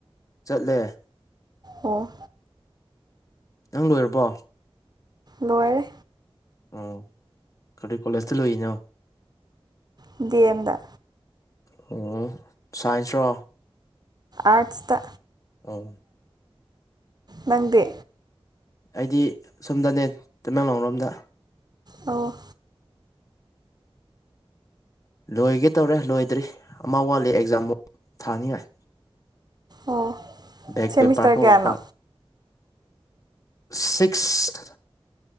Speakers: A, on the left; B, on the right.
A: ꯆꯠꯂꯦ
B: ꯑꯣ
A: ꯅꯪ ꯂꯣꯏꯔꯕꯣ
B: ꯂꯣꯏꯔꯦ
A: ꯑꯣ ꯀꯔꯤ ꯀꯣꯂꯦꯖꯇ ꯂꯣꯏꯅꯣ
B: ꯗꯤꯑꯦꯝ ꯗ
A: ꯑꯣ ꯁꯥꯏꯟꯁ ꯔꯣ
B: ꯑꯥꯔ꯭ꯠꯁꯇ
A: ꯑꯣ
B: ꯅꯪꯗꯤ
A: ꯑꯩꯗꯤ ꯁꯨꯝꯗꯅꯦ ꯇꯃꯦꯡꯂꯣꯡ ꯔ‌ꯣꯝꯗ
B: ꯑꯣ
A: ꯂꯣꯏꯒꯦ ꯇꯧꯔꯦ ꯂꯣꯏꯗ꯭ꯔꯤ ꯑꯃ ꯋꯥꯠꯂꯤ ꯑꯦꯛꯖꯥꯝꯕꯨ ꯊꯥꯅꯤꯡꯉꯥꯏ
B: ꯑꯣ
A: ꯕꯦꯛ
B: ꯁꯦꯃꯤꯁꯇꯔ
A: ꯄꯦꯄꯔ ꯇꯧꯔꯛꯄꯥ
B: ꯀꯌꯥꯅꯣ
A: ꯁꯤꯛ꯭ꯁ